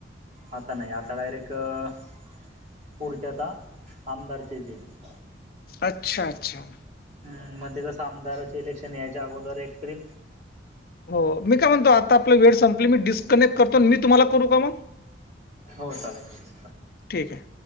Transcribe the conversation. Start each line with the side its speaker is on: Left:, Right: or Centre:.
Right: आता नाही आता डायरेक्ट क. पुढच्या त्या आमदारचे येते.
Left: अच्छा अच्छा.
Right: हम्म मग ते कसं आमदाराचे इलेक्शन यायच्या अगोदर एक ट्रीप.
Left: हो मी काय म्हणतो आता आपला वेळ संपली, मी डिस्कनेक्ट करतो मी तुम्हाला करू का मगं.
Right: हो चालेल.
Left: ठीक आहे.